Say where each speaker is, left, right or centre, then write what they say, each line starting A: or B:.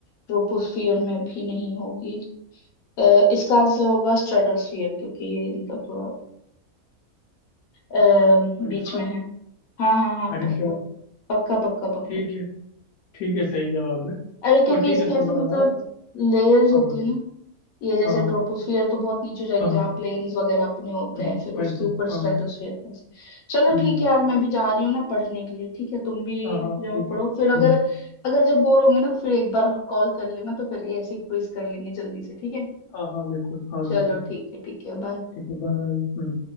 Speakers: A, on the left; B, on the left.
A: ट्रोपोस्फियर में भी नहीं होगी अ, इसका आंसर होगा स्ट्रेटोस्फियर क्योंकि ये इनका थोड़ा अ,
B: अल्फर
A: बीच में है हाँ हाँ हाँ
B: हरीश्वर
A: पक्का पक्का पक्का पक्का
B: ठीक है ठीक है सही जवाब है
A: अरे क्योंकि
B: और ठीक
A: इसके
B: है सुनो
A: ऐसे मतलब
B: यार
A: लेयर्स
B: हाँ
A: होती
B: बोलो
A: है ना ये जैसे
B: हाँ हाँ
A: ट्रोपोस्फियर तो बहुत नीचे जाएगी
B: हाँ हाँ
A: जहाँ प्लेन्स वगैरह अपने होते
B: हम्म,
A: हैं फिर उसके
B: वही तो
A: ऊपर
B: हाँ
A: स्ट्रेटोस्फियर प्लस चलो
B: हम्म,
A: ठीक है यार मैं भी जा रही हूँ ना पढ़ने के लिए ठीक है तुम भी
B: हाँ हाँ
A: जाओ
B: ठीक है
A: पढ़ो फिर अगर
B: हम्म,
A: अगर जब बोर होंगे ना तो फिर एक बार कॉल कर लेना तो फिर ये ऐसे क्विज कर लेंगे जल्दी से ठीक है
B: हाँ हाँ बिल्कुल हाँ
A: चलो
B: बिल्कुल
A: ठीक है ठीक है बाय
B: ठीक है बाय